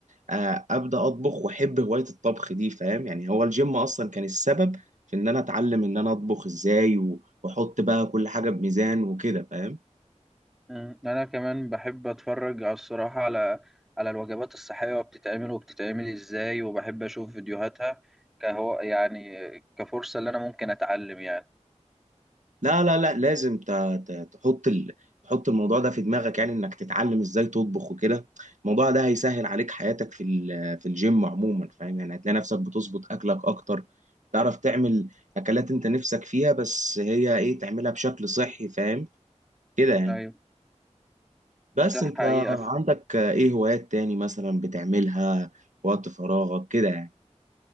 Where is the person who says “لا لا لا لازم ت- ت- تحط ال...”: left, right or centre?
Right